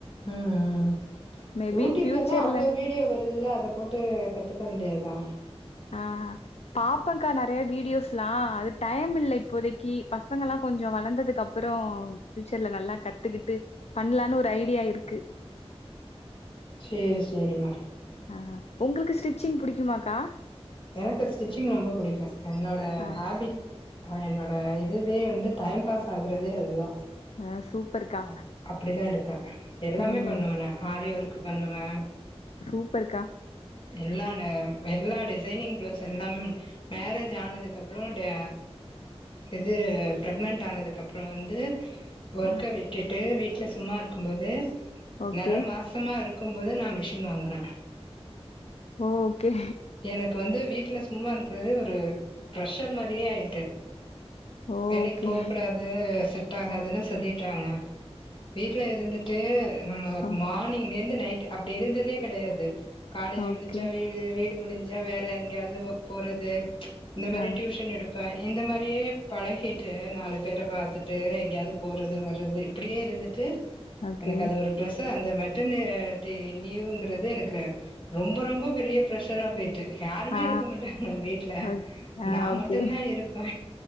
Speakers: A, on the left; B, on the left.
A: ம் ம்
B: மேபி
A: யூடியூப்ல
B: ஃபியூச்சர்ல
A: தா அவ்வளோ வீடியோ வருதுல்ல அத போட் ட்டு கத்துக்க வேண்டியதா
B: ஆ பாப்பங்கா நறைய வீடியோஸ்ல்லா அது டைம் இல்ல இப்போதைக்கு பசங்க எல்லாம் கொஞ்சோ வளந்ததுக்கு அப் ப்றோ ஃபியூச்சர்ல நல்லா கத்துக்கிட்டு பண்ணலான்னு ஒரு ஐடியா இருக்கு
A: சேரி சேரிமா
B: ஆ உங்களுக்கு ஸ்டிச்சிங் புடிக்குமாக்கா
A: எனக்கு ஸ்டிச்சிங் ரொம்ப பிடிக்கும் என்னோட
B: ஆ
A: ஹேபிட் ஹ என்னோட இதுவே வந்து டைம் பாஸ் ஆகுறதே அதுதா
B: ஆ சூப்பர்க்கா
A: அப் அப்டிதா எடுப்பே எல்லாமே
B: ம்
A: பண்ணுவே நா ஹாரி ஒர்க் பண்ணுவே
B: சூப்பர்க்கா
A: எல்லா நே எல்லா டிஸ் ட்ரைனிங் ப்ளவுஸ் எல்லாமே மேரேஜ் ஆனதுக்கு அப்றோ டே இது பிரெக்னன்ட் ஆனதுக்கு அப்றோ வந்து ஒர்க்க
B: ஆ
A: விட்டுட்டு வீட்டுல சும்மா இருக்கும்போது
B: ஓகே
A: நெர மாச சம்மா இருக்கும்போது நா மிஷின் வாங்குனே
B: ஓகே
A: எனக்கு வந்து வீட்ல சும்மான்ருக்கிறது ஒரு ப்ரெஷர் மாரியே ஆயிட்டு
B: ஓகே
A: வேலிக் போக்கூடாது செட் ஆகாதுனு சொல்லிட்டாங்க வீட்ல இருந்து ட்டு நம்ம
B: ஆ
A: மானிங்லெந்து நைட் அப்டி இருந்ததே கெடையாது காலேஜு
B: ஓகே.
A: முடிச்சா வீடு வீடு முடிஞ்சா வேற எங்கேயாவ்து போறது இந்த மாரி
B: ஆ
A: ட்யூஷன் எடுப் பே இந்த மாரியே பழகிட்டு நாலு பேர பாத்துட்டு எங்கேயாவ்து போறது வர்றது இப்படியே இருந்து ட்டு
B: ஓகே.
A: எனக்கு அது ஒரு ப்ரெஷர் அந்த மெட்டனிட்டி லீவுங்கிறது எனக்கு ரொம்ப ரொம்ப பெரிய ப்ரெஷ் ரா போய்ட்டு யாருமே
B: ஆ
A: இருக்க மாட்டாங்க வீட்ல
B: ஓக் ஆ
A: நா
B: ஓகே.
A: மட்டுந்தா இருப்பே